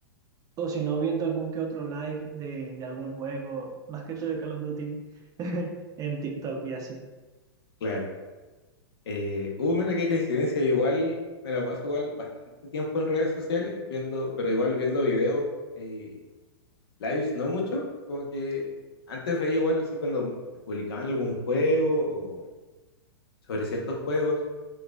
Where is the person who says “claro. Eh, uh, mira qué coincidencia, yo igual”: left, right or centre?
Left